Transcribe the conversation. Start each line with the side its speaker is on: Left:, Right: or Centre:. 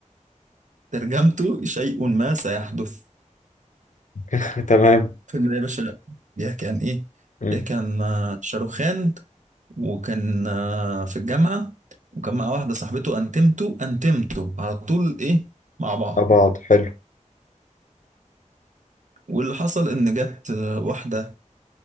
Right: ترجمته شيء ما سيحدث
Left: <laughs> تمام
Right: فيلم يا باشا بيحكي عن ايه؟
Left: مم.
Right: بيحكي عن آه، شاروخان وكان آه، في الجامعة وكان مع واحدة صاحبته انتمتو انتمتو على طول ايه مع بعض
Left: مع بعض حلو
Right: واللي حصل ان جت آه، واحدة